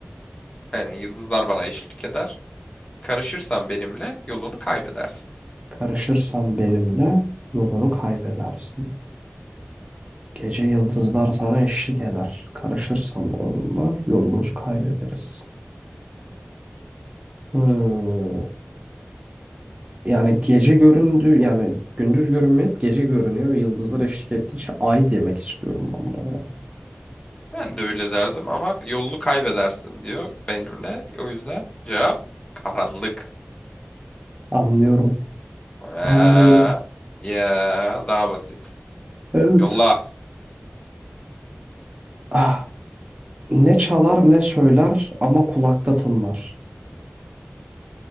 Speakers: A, on the left; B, on the right.
A: Aynen yıldızlar bana eşlik eder. Karışırsan benimle yolunu kaybedersin.
B: Karışırsan benimle yolunu kaybedersin. Gece yıldızlar sana eşlik eder. Karışırsan onunla yolumuzu kaybederiz. Hmm. Yani gece göründü yani gündüz görünmeyip gece görünüyor. Yıldızlar eşlik ettiği için ay demek istiyorum ben buna ya.
A: Ben de öyle derdim ama yolunu kaybedersin diyor benimle. O yüzden cevap karanlık.
B: Anlıyorum.
A: Ya,
B: Anlıyorum.
A: ya daha basit.
B: Evet.
A: Yolla.
B: Ah, ne çalar ne söyler ama kulakta tınlar.